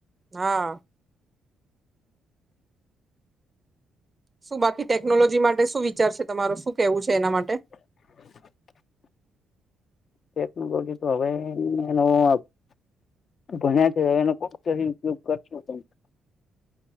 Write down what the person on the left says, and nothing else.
<inaudible> ટેકનોલોજી તો હવે <unintelligible> ભણ્યા છે હવે એનો કોક સહી ઉપયોગ કરશું ત